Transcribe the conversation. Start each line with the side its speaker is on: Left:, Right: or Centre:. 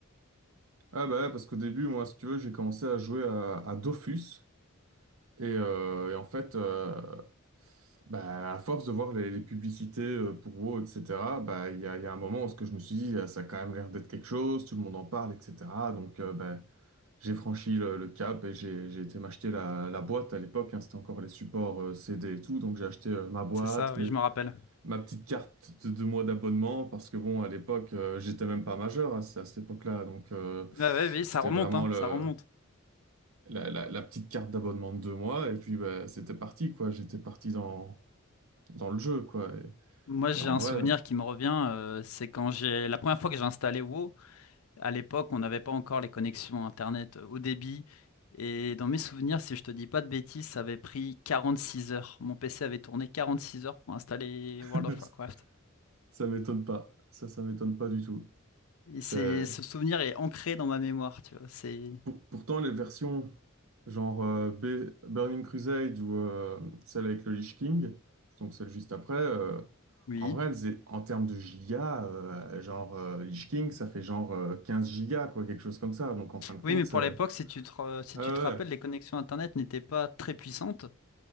Right: ah bah ouais, parce qu'au début, moi, si tu veux, j'ai commencé à jouer à, à Dofus. Et, euh, et en fait, euh, bah, à force de voir les, les publicités euh, pour WoW, etc., bah, il y a, il y a un moment où ce que je me suis dit, ah, ça a quand même l'air d'être quelque chose, tout le monde en parle, etc. Donc, euh, bah, j'ai franchi le, le cap et j'ai, j'ai été m'acheter la, la boîte à l'époque. hein, c'était encore les supports euh, CD et tout. Donc, j'ai acheté euh, ma boîte,
Left: C'est ça, oui,
Right: mes,
Left: je me rappelle.
Right: ma petite carte de deux mois d'abonnement parce que bon, à l'époque, euh, j'étais même pas majeur à, à cette époque-là, donc euh,
Left: Ah ouais, oui, ça
Right: c'était
Left: remonte,
Right: vraiment
Left: hein,
Right: le,
Left: ça remonte.
Right: la, la- la petite carte d'abonnement de deux mois et puis bah, c'était parti quoi. J'étais parti dans, dans le jeu quoi. Et,
Left: Moi, j'ai
Right: et en
Left: un
Right: vrai,
Left: souvenir qui me revient, euh, c'est quand j'ai la première fois que j'ai installé WoW. À l'époque, on n'avait pas encore les connexions Internet haut débit. Et dans mes souvenirs, si je te dis pas de bêtises, ça avait pris 46 heures. Mon PC avait tourné 46 heures pour installer
Right: <laughs>
Left: World of Warcraft.
Right: ça m'étonne pas. Ça, ça m'étonne pas du tout.
Left: Et
Right: C'est
Left: c'est ce souvenir est ancré dans ma mémoire, tu vois. C'est
Right: Pour- pourtant, les versions genre euh, B- Burning Crusade ou euh, celle avec le Lich King, donc celle juste après, euh,
Left: oui,
Right: en vrai, elles est- en termes de gigas, euh, genre euh, Lich King, ça fait genre euh, 15 gigas, quoi, quelque chose comme ça. Donc en fin de compte,
Left: oui, mais pour
Right: c'est.
Left: l'époque, si tu te, re- si
Right: Ah
Left: tu
Right: ouais.
Left: te rappelles,
Right: ouais.
Left: les connexions Internet n'étaient pas très puissantes.